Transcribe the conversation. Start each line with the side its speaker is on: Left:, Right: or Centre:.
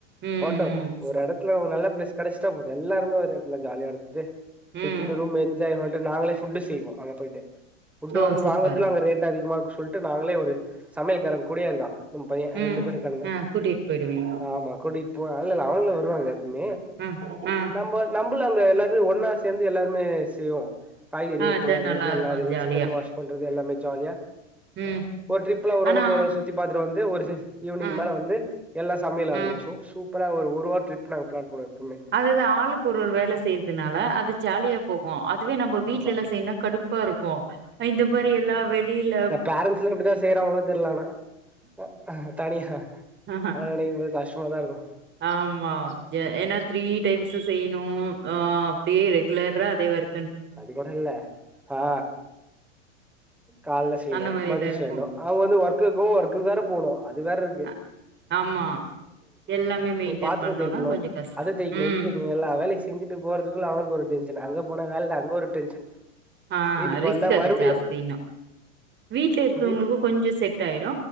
Right: ம்
Centre: போட்டோ
Right: ம்
Centre: ஒரு எட துல ஒரு நல்ல பளேஸ் கெடஸ்டா போது எல்லாருமே ஒரு எடத்துல ஜாலியா எடுத்துட்டு சுத்திட்டு
Right: ம்
Centre: ரூம் என்ஜாய் டு நாங்களே ஃபுட்டு செய்வோ அங்க போய்ட்டு ஃபுட்டு
Right: ஓ
Centre: வந்து
Right: சூப்பர்
Centre: வாங்கறதுலா அங்க ரேட் அதிகமா இருக்கு சொல்ட்டு நாங்களே ஒரு சமையல்காரே கூடயே இருக்கா நம் பையே
Right: ம்
Centre: ரெண்டு பேரு இருக்கானுங்க
Right: ஆ கூட்டிட்டு போயிடுவீங்க
Centre: ஆமா கூட்டிட் ப இல்லல்ல அவனுங்களு வருவாங்க எப்பமே
Right: ம் ஆ
Centre: நம்ம நம் ஃபுல்லா அங்க எல்லாருமே ஒன்னா சேந்து எல்லாருமே செய்வோ காய்கறி
Right: ஆ
Centre: ஒருத்தவுங்க
Right: அது
Centre: அறியறது
Right: நல்லா
Centre: எல்லா இருக்கு
Right: ஜாலியா
Centre: சிக்கன் வாஷ் பண்றது எல்லாமே ஜாலியா
Right: ம்
Centre: ஒரு ட்ரிப்ல ஒரளவுக்கு
Right: ஆனா
Centre: ஒராள் சுத்தி பாத்துட்டு வந்து ஒரு சி ஈவ்னிங்
Right: ஆ
Centre: மேல வந்து எல்லா சமையல் ஆரம்பிச்சிறு
Right: ஆ
Centre: சூப்பரா ஒரு ஒருவாரோ ட்ரிப் நாங்க பிளான் பண்ணுவோ எப்பவுமே
Right: அதுதா ஆளுக்கு ஒரு ஒரு வேல செய்றதுனால அது ஜாலியா போகு அதுவே நம்ப வீட்லல்லா
Centre: ஆமா
Right: செய்யனுனா கடுப்பா இருக்கு இந்த மாரி எல்லா வெளில
Centre: பேரண்ஸ்லா எப்டிதா செய்றாங்களோ தெர்ல ஆனா அ ஹ தனியா
Right: ஆஹா.
Centre: அதலா நெனைக்கும் போது கஷ்டமாதா இருக்கு
Right: ஆமா எ ஏன்னா த்ரீ த்ரீ டைம்ஸு செய்யணு அ அப்டியே ரெகுலரா அதே வொர்
Centre: அது கூட இல்ல ஆ கால்ல செய்ணு
Right: அந்த மாரிதா
Centre: மதியொ
Right: இருக்கு
Centre: செய்ணு அவுங்க வந்து ஒர்க் இருக்கு ஒர்க்குக் வேற போணு அது வேற இரு கு
Right: அ ஆமா எல்லாமே மெயின்டென்
Centre: பாத்ரோ
Right: பண்ணுனா
Centre: தேய்க்கனு
Right: கொஞ்சோ கஷ்டோ
Centre: அது தேய்க்கணு
Right: ம்
Centre: இது தேய்க்கணு எல்லா வேலயு செஞ்சுட்டு போறதுக்குள்ள அவுங்களுக்கு ஒரு டென்ஷனு அங்க போனா வேல அங்க ஒரு டென்ஷன்
Right: ஆ
Centre: வீட்டுக்கு
Right: ரிஸ்க்
Centre: வந்தா
Right: அது
Centre: மறுபடியு
Right: ஜாஸ்தி இன்னு வீட்ல இருக்குறவங்களுக்கு
Centre: வீட்
Right: கொஞ்சோ செட் ஆய்டு